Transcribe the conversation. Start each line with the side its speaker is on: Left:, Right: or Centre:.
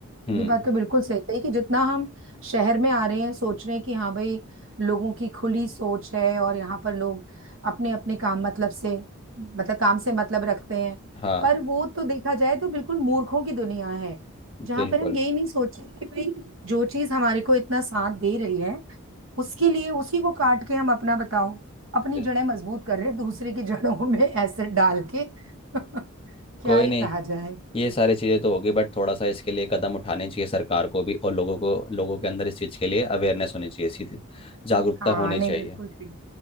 Left: हम्म
Right: ये बात तो बिल्कुल सही कही कि जितना हम शहर में आ रहे हैं सोच रहे हैं कि हाँ भाई लोगों की खुली सोच है और यहाँ पर लोग अपने अपने काम मतलब से मतलब काम से मतलब रखते हैं
Left: हाँ
Right: पर वो तो देखा जाए तो बिल्कुल मूर्खों की दुनिया है जहाँ
Left: बिल्कुल
Right: पर हम यही नहीं सोच रहे कि भाई जो चीज हमारे को इतना साथ दे रही है उसके लिए उसी को काट के हम अपना बताओ अपनी
Left: बिल्कुल
Right: जड़ें मजबूत कर रहे हैं दूसरे की जड़ों में एसिड डाल के <laughs> क्या
Left: कोई
Right: ही
Left: नहीं
Right: कहा जाए
Left: ये सारी चीज़ें तो होगी बट थोड़ा सा इसके लिए कदम उठाने चाहिए सरकार को भी और लोगों को लोगों के अंदर इस चीज़ के लिए अवेयरनेस होनी चाहिए सीधी जागरूकता
Right: हाँ
Left: होनी
Right: नहीं
Left: चाहिए
Right: बिल्कुल ठीक